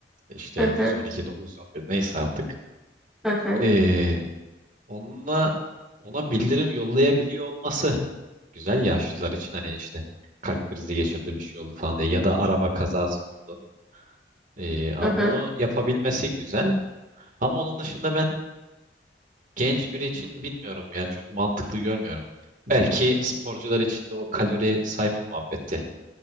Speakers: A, on the right; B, in the centre.
A: İşte
B: hı
A: 112
B: hı,
A: 911 neyse artık.
B: hı hı,
A: E, onunla ona bildirim yollayabiliyor olması güzel yaşlılar için hani işte kalp krizi geçirdi bir şey oldu falan diye ya da araba kazası oldu. E, a-
B: hı
A: onu
B: hı,
A: yapabilmesi güzel. Ama onun dışında ben Genç biri için bilmiyorum ya çok mantıklı görmüyorum. Belki sporcular için de o kalori sayma muhabbeti